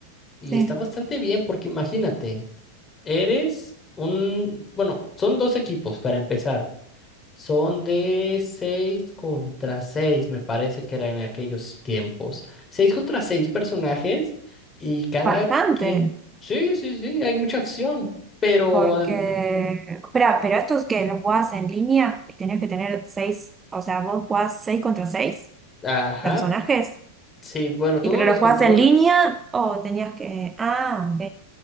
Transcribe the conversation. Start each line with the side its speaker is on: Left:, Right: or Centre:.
Left: y
Right: Sí,
Left: está bastante bien porque imagínate. Eres un, bueno, son dos equipos para empezar. Son de 6 contra seis me parece que era en aquellos tiempos. seis contra 6 personajes y cada
Right: bastante,
Left: quien... Sí, sí, sí, hay mucha acción, pero...
Right: porque...
Left: adem-
Right: Espera, pero estos que los jugás en línea y tenés que tener seis, o sea, vos jugás seis contra seis
Left: Ajá,
Right: personajes,
Left: sí, bueno, tú
Right: y pero
Left: no los
Right: los
Left: controlas,
Right: jugás en línea o tenías que... Ah, ok.